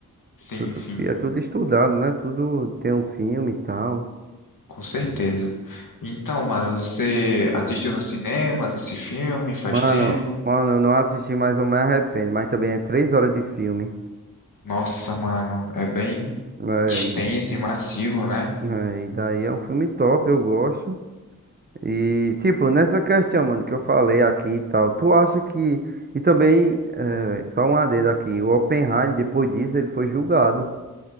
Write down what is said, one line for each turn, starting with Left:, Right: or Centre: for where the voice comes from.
Left: Sim,
Right: Tudo,
Left: sim.
Right: e é tudo estudado, né? Tudo tem um filme e tal.
Left: Com certeza. Então, mano, você assistiu nos cinemas esse filme faz
Right: Mano,
Left: tempo?
Right: mano, eu não assisti, mas eu me arrependo. Mas também é três horas de filme.
Left: Nossa, mano, é bem
Right: É,
Left: extenso
Right: e,
Left: e massivo, né?
Right: é, e daí é um filme top, eu gosto. E, tipo, nessa questão, mano, que eu falei aqui e tal, tu acha que. E também, é, só um adendo aqui, o Oppenheimer, depois disso, ele foi julgado.